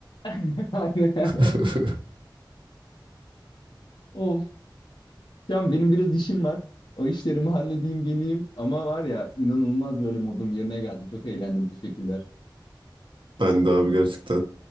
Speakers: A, on the left (about 65°); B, on the right (about 85°).
A: <laughs> Aynen.
B: <laughs>
A: Of. Can benim biraz işim var. O işlerimi halledeyim geleyim. Ama var ya inanılmaz böyle modum yerine geldi. Çok eğlendim. Teşekkürler.
B: Ben de abi gerçekten.